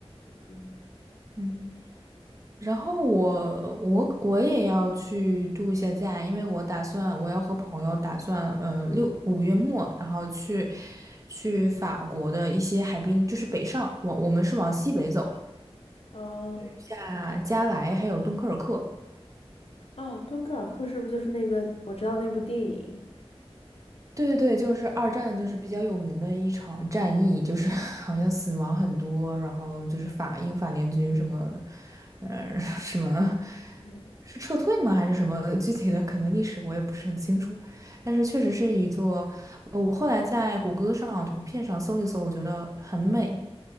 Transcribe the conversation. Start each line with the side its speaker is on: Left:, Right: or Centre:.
Left: 嗯
Right: <laughs> 嗯，然后我我我也要去度一下假，因为我打算我要和朋友打算呃六五月末，然后去去法国的一些海滨，就是北上，我我们是往西北走，
Left: 哦，
Right: 下加莱还有敦刻尔克。
Left: 哦，敦刻尔克是不是就是那个我知道那部电影？
Right: 对对对，就是二战，就是比较有名的一场战役，就是 <laughs> 好像死亡很多，然后就是法英法联军什么，呃，<laughs> 什么
Left: 嗯，
Right: 是撤退吗？还是什么具体的？可能历史我也不是很清楚，但是确实是一座，呃我后来在谷歌上图片上搜一搜，我觉得很美，